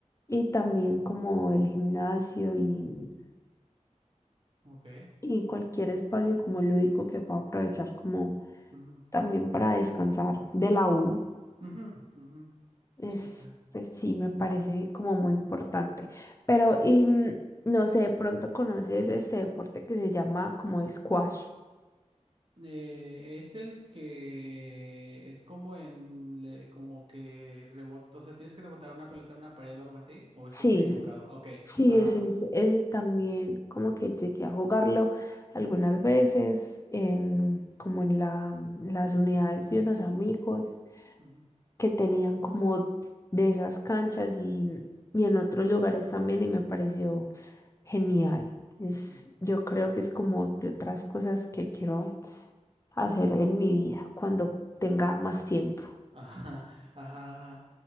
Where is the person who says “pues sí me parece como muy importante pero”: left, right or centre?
Left